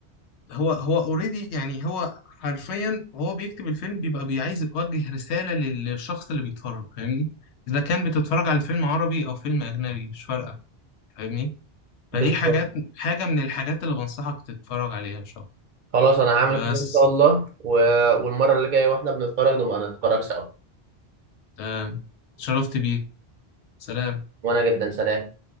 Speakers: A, on the left; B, on the right.
A: هو هو اوريدي يعني هو حرفيا وهو بيكتب الفيلم بيبقى بيعايز يوجه رساله لل- للشخص اللي بيتفرج فاهمني اذا كان بتتفرج على فيلم عربي او فيلم اجنبي مش فارقه فاهمني
B: بس
A: فدي حاجات حاجه من الحاجات اللي بنصحك تتفرج عليها ان شاء
B: خلاص انا هعمل
A: الله بس
B: الله و... والمية واحنا بنسأل
A: تمام شرفت بيك سلام
B: وانا جدا سلام